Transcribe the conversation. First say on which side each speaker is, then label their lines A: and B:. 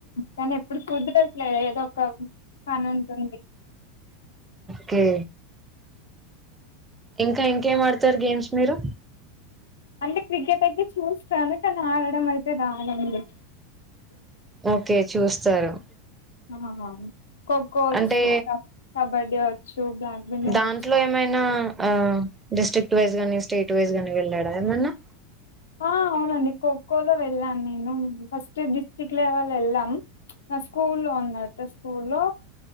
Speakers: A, on the left; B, on the right.
A: కానీ ఎప్పుడు కుదరట్లేదు ఏదో ఒక పనుంటుంది
B: కే ఇంకా ఇంకేమా ఆడతారు గేమ్స్ మీరు
A: అంటే క్రికెట్ అయితే చూస్తాను కానీ ఆడడం అయితే రాదండి
B: ఓకే చూస్తారు
A: ఆ ఖోఖో వచ్చు
B: అంటే
A: కబడ్డీ వచ్చు బ్లాక్ బెండన్
B: దాంట్లో
A: వచ్చు
B: ఏమైనా ఆ డిస్ట్రిక్ట్ వైజ్ గాని స్టేట్ వైజ్ గాని వెళ్ళాడా ఏమన్నా
A: ఆ అవునండి ఖోఖోలో వెళ్ళాను నేను ఫస్ట్ డిస్ట్రిక్ట్ లెవెల్ వెళ్ళాం స్కూ లో ఉన్నట్టు స్కూ లో